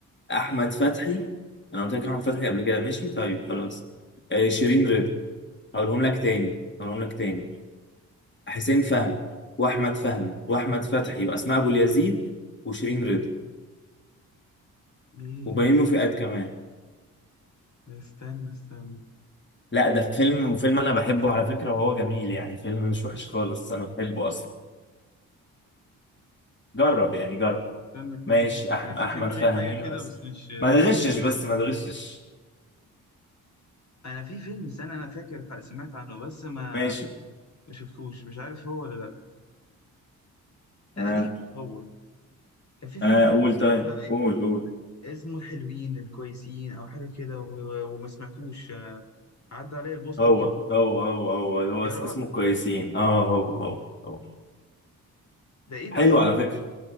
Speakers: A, on the left; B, on the left.
A: احمد فتحي انا قلت لك احمد فتحي قبل كده ماشي طيب خلاص آه، شيرين رضا هقولهم لك تاني هقولهم لك تاني حسين فهمي واحمد فهمي واحمد فتحي واسماء ابو اليزيد وشيرين رضا
B: ايه
A: وبيومي فؤاد كمان
B: استنى استنى
A: لا ده فيلم وفيلم انا بحبه على فكرة وهو جميل يعني فيلم مش وحش خالص انا بحبه اصلا جرب يعني جرب
B: استنى
A: ماشي
B: كده يعني
A: أحمد
B: انا في
A: أحمد
B: في دماغي
A: فهمي
B: حاجه كده
A: وأسر
B: بس مش
A: ما تغشش بس ما تغشش
B: انا في فيلم استنى انا فاكر ح- سمعت عنه بس ما
A: ماشي
B: ما شفتوش مش عارف هو ولا لا تقريبا
A: آه
B: هو كان في فيلم
A: آه
B: حاجه
A: قول طيب
B: كده اللي هو ايه
A: قول قول
B: اسمه الحلوين الكويسين او حاجه كده و- و- وما سمعتوش عدى عليا البوستر
A: هو
B: كده وما
A: هو
B: سمعتوش.
A: هو هو اللي هو
B: يا
A: اس-
B: راجل
A: اسمه كويسين اه هو هو هو
B: ده ايه ده
A: حلو
B: اصلا
A: على فكرة